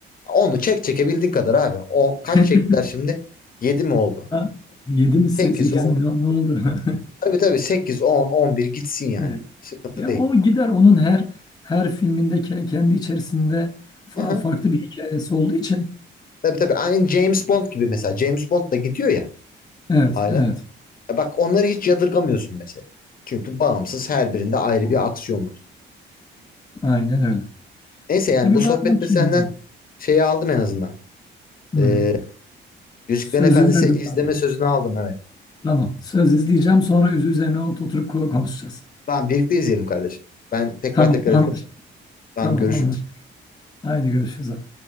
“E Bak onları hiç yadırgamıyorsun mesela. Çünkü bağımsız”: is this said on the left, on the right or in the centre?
Left